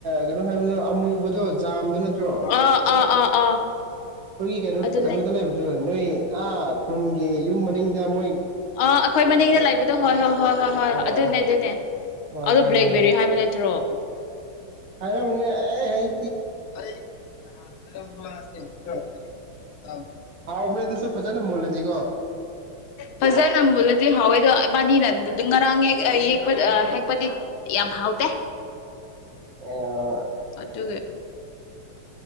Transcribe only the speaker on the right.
ꯀꯩꯅꯣ ꯍꯥꯏꯕꯗꯣ ꯑꯃꯨꯕꯗꯣ ꯖꯥꯝꯗꯨꯅ ꯖꯥꯝ ꯆꯣ ꯑꯩꯈꯣꯏꯒꯤ
ꯀꯩꯅꯣ
ꯀꯩꯅꯣꯗ ꯂꯩꯕꯗꯣ ꯅꯣꯏ ꯑꯥ ꯈꯨꯟꯒꯤ ꯌꯨꯝ ꯃꯅꯤꯡ ꯇꯃꯣꯏ
ꯑꯣ
ꯑꯣ
ꯑꯣ
ꯈꯪꯉꯦ
ꯑꯅꯧꯅꯤ ꯑꯦ ꯍꯩ
ꯍꯥꯎꯕꯅꯦ ꯑꯗꯨꯁꯨ ꯐꯖꯅ ꯃꯨꯜꯂꯗꯤ
ꯑꯣ